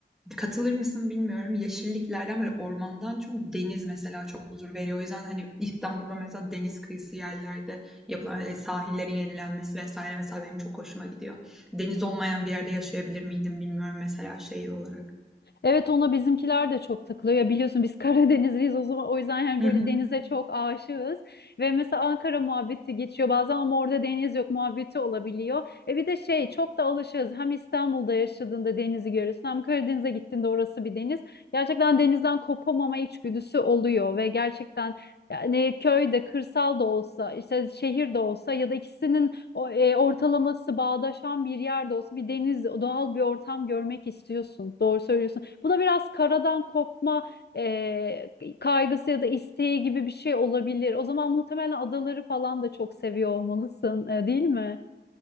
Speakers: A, in the centre; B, on the left (about 65°).
A: Katılır mısın bilmiyorum. Yeşilliklerden, böyle, ormandan çok deniz mesela çok huzur veriyor. O yüzden, hani, İstanbul'da mesela deniz kıyısı yerlerde yapılan, eee, sahillerin yenilenmesi vesaire mesela benim çok hoşuma gidiyor. Deniz olmayan bir yerde yaşayabilir miydim bilmiyorum mesela şehir olarak.
B: Evet ona bizimkiler de çok takılıyor. Ya biliyorsun biz <laughs> Karadenizliyiz o zaman o yüzden yani
A: Hı
B: böyle
A: hı.
B: denize çok aşığız. Ve mesela Ankara muhabbeti geçiyor bazen ama orada deniz yok muhabbeti olabiliyor. E bir de şey çok da alışığız. Hem İstanbul'da yaşadığında denizi görüyorsun hem Karadeniz'e gittiğinde orası bir deniz. Gerçekten denizden kopamama içgüdüsü oluyor ve gerçekten yani köyde, kırsal da olsa, işte şehir de olsa ya da ikisinin o- e, ortalaması bağdaşan bir yerde olsa bir deniz, doğal bir ortam görmek istiyorsun. Doğru söylüyorsun. Bu da biraz karadan kopma e, kaygısı ya da isteği gibi bir şey olabilir. O zaman muhtemelen adaları falan da çok seviyor olmalısın, e, değil mi?